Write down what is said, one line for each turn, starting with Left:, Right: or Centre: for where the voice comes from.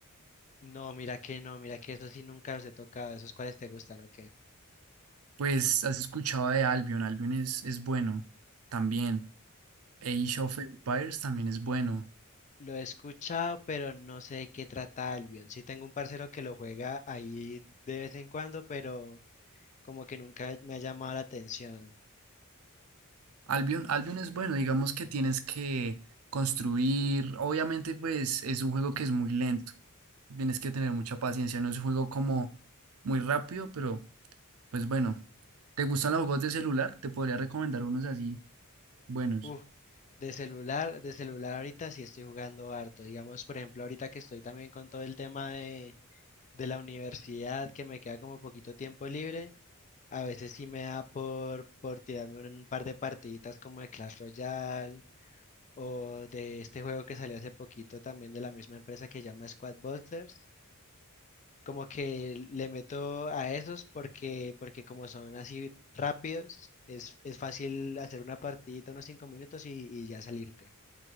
Left: No, mira que no, mira que eso sí nunca los he tocado. ¿Esos cuáles te gustan o qué?
Right: Pues has escuchado de Albion. Albion es, es bueno también. Age of Empires también es bueno.
Left: Lo he escuchado, pero no sé de qué trata Albion. Sí tengo un parcero que lo juega ahí de vez en cuando, pero como que nunca me ha llamado la atención.
Right: Albion, Albion es bueno, digamos que tienes que construir, obviamente pues es un juego que es muy lento, tienes que tener mucha paciencia, no es un juego como muy rápido, pero pues bueno, ¿te gustan los juegos de celular? Te podría recomendar unos así buenos.
Left: Uf, de celular, de celular ahorita sí estoy jugando harto. Digamos, por ejemplo, ahorita que estoy también con todo el tema de, de la universidad, que me queda como poquito tiempo libre, a veces sí me da por, por tirarme un par de partiditas como de Clash Royale o de este juego que salió hace poquito también de la misma empresa que se llama Squad Busters como que le meto a esos porque, porque como son así rápidos, es, es fácil hacer una partidita unos cinco minutos y, y ya salirte.